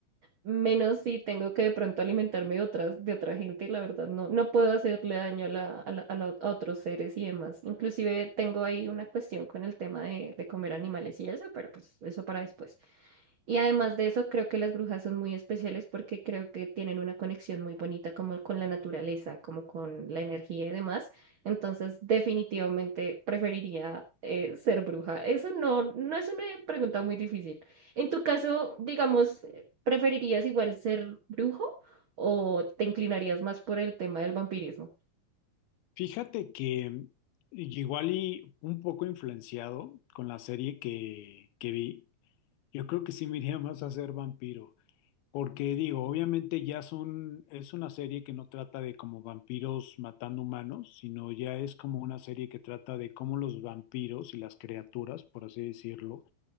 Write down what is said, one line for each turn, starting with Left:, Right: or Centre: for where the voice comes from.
Right: menos si tengo que de pronto alimentarme de otras, de otra gente, la verdad, no, no puedo hacerle daño a la, a la- a la- a otros seres y demás. Inclusive tengo ahí una cuestión con el tema de, de comer animales y eso, pero pues eso para después. Y además de eso, creo que las brujas son muy especiales porque creo que tienen una conexión muy bonita como con la naturaleza, como con la energía y demás. Entonces, definitivamente preferiría eh, ser bruja. Eso no, no es una pregunta muy difícil. En tu caso, digamos, ¿Preferirías igual ser brujo o te inclinarías más por el tema del vampirismo?
Left: Fíjate que igual y un poco influenciado con la serie que, que vi, yo creo que sí me iría más a ser vampiro. Porque digo, obviamente ya son, es una serie que no trata de como vampiros matando humanos, sino ya es como una serie que trata de cómo los vampiros y las criaturas, por así decirlo,